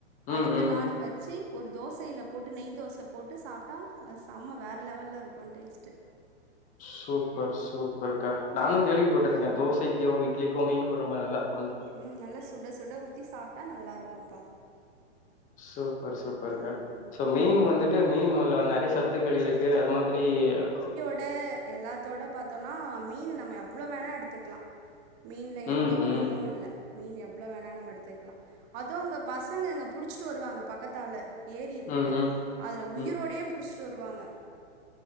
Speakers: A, on the right; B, on the left.
A: அடுத்த
B: ம் ம்
A: நாளு
B: ம்
A: வச்சு ஒரு தோசையில போட்டு நெய் தோச போட்டு சாப்ட்டா அது செம்ம வேற லெவல்லருக் க்கு டேஸ்ட்டு
B: சூப்பர் சூப்பர்க்கா நானு கேள்வி பட்டுருக்கே தோசைக்கோ இட்லிக்கோ மீன் கொழம்பு நல்லாருக்
A: ம் நல்லா சுட சுட ஊத்தி சாப்ட்டா நல்லாருக்கும்ப்பா
B: சூப்பர் சூப்பர்க்கா
A: ம்
B: சோ மீன் வந்துட்டு மீன் உள்ள நெறைய சத் சத்துக்கள் இருக்கு அது மாதிரி இருக்கு
A: இப்ப எல்லாத்தோட பாத்தோன்னா மீனு நம்ம எவ்ளோ வேணா எடுத்துக்லா மீன்ல எந்த
B: ம்
A: ஒரு
B: ம்
A: இது இல்ல மீன் எவ்ளோ வேணா நம்ப எடுத்துக்லா அது உங்க பசங்க அங்க புடிச்ட்டு வருவாங்க பக்கத்தால ஏரி இருக்கு
B: ம் ம்
A: அதுல உயிரோடேய
B: ம்
A: புடிச்ட்டு வருவாங்க